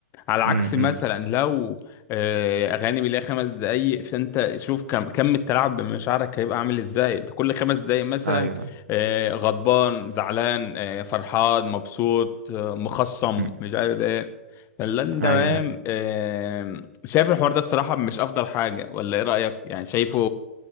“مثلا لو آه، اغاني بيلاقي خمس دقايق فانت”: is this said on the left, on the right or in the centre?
Left